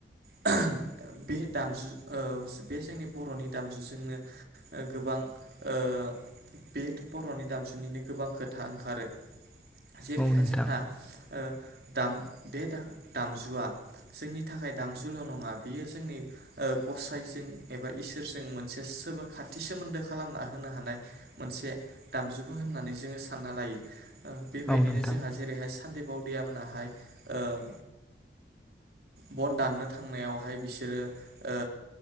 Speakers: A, on the right; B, in the centre.
A: <unintelligible> बे दामजु ओ बे जोंनि बर'नि दामजुजोंनो ओ गोबां ओ बे बर'नि दामजुनिनो गोबां खोथा ओंखारो। जेरैहाय
B: औ नोंथां
A: जोंहा ओ दाम बे दा दामजुआ जोंनि थाखाय दामजुल' नङा बियो जोंनि ओ गसाइजों एबा इसोरजों मोनसे सोमो खाथि सोमोन्दो खालामना होनो हानाय मोनसे दामजुबो होननानै जोङो सानना लायो। ओ बेबायदिनो
B: औ नोंथां
A: जोंहा जेरैहाय सानदेबाव <inaudible> मोनाहाय ओ <inaudible> बन दाननो थांनायावहाय बिसोरो ओ